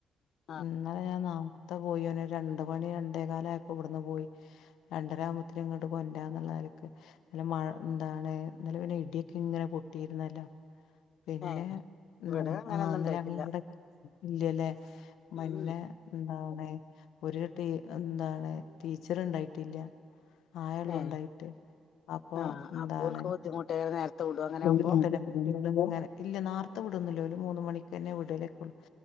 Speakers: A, on the left; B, on the left.
A: ആഹ്
B: ഇന്നലെ ഞാൻ ന ഇത്താത്ത പോയിന് രണ്ട് മണി രണ്ടേ കാലയപ്പോ ഇവിടുന്ന് പോയി രണ്ടര ആകുമ്പത്തിന് ഇങ്ങോട്ട് കൊണ്ടാന്നുള്ളക്ക് നല്ല മഴ എന്താണ് നല്ല പിന്നെ ഇടിയൊക്കെ ഇങ്ങനെ പൊട്ടിയിരുന്നല്ലോ പിന്നെ
A: ഏഹ്
B: മ്ഹ്
A: ഇവിടെ അങ്ങനൊന്നും
B: ആഹ് ഇന്നലെ
A: ഉണ്ടായിട്ടില്ല
B: ഞങ്ങള് ഇവിടെ ഇല്യല്ലേ മഞ്ഞ
A: ഉം
B: എന്താണ്. ഒരു ടീ എന്താണ് ടീച്ചറ് ഉണ്ടായിട്ടില്ല ആയ ഉള്ളു
A: ഏഹ്
B: ഉണ്ടായിട്ട് അപ്പൊ
A: ആഹ്
B: എന്താണ്.
A: അപ്പോൽക്ക് ബുദ്ധിമുട്ടേറെ നേരത്തെ വിടോ അങ്ങനെ
B: <unintelligible>
A: ആവുമ്പോ
B: <unintelligible> ന്നങ്ങനെ ഇല്ല ന്നാർത്തെ വിടൊന്നുല്ല ഓല് മൂന്ന് മണിക്കന്നെ വിടലേക്കൊള്ളു